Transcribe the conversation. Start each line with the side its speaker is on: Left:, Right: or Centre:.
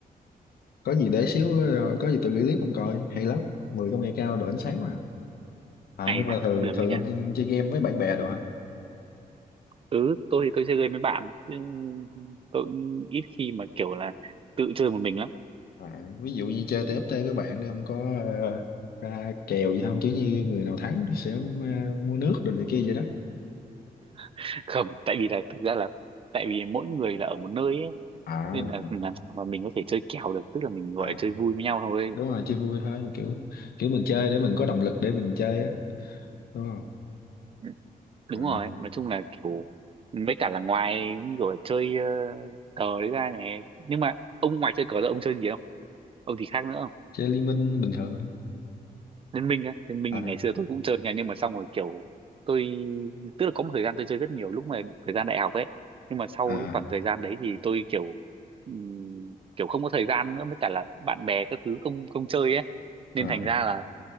Left: có gì để xíu ờ, có gì tôi gửi clip ông coi hay lắm 10 công nghệ cao độ ánh sáng mà à,
Right: ai
Left: nhưng mà
Right: dạ
Left: thường
Right: được
Left: thường
Right: gì nhỉ
Left: ông chơi game với bạn bè đồ hả
Right: ừ tôi thì tôi chơi game với bạn chứ tôi cũng ít khi mà kiểu là tự chơi một mình lắm
Left: À, ví dụ như chơi tê ép tê với bạn đi ông có ờ, ra kèo gì không chứ như người nào thắng sẽ ờ, mua nước đồ này kia vậy đó
Right: <laughs> không tại vì là thực ra là tại vì mỗi người là ở một nơi ấy
Left: à,
Right: nên là làm sao mà mình có thể chơi kèo được tức là mình gọi
Left: à
Right: là chơi vui với nhau thôi
Left: đúng rồi chơi vui thôi kiểu kiểu mình chơi để mình có động lực để mình chơi á đúng không
Right: Ừ. đúng
Left: à,
Right: rồi nói chung là kiểu mấy cả là ngoài như kiểu là chơi ờ, cờ đấy ra này nhưng mà ông ngoài chơi cờ ra ông chơi gì không ông gì khác nữa không
Left: chơi liên minh bình thường thôi.
Right: Liên minh á Liên minh
Left: à,
Right: thì ngày xưa tôi cũng chơi nha nhưng mà xong rồi kiểu tôi tức là có một thời gian tôi chơi rất nhiều lúc mà thời gian đại học ấy nhưng mà sau
Left: à,
Right: cái khoảng thời gian đấy thì tôi kiểu ừm, kiểu không có thời gian nữa với cả là bạn bè các thứ không không chơi ấy nên
Left: à,
Right: thành ra là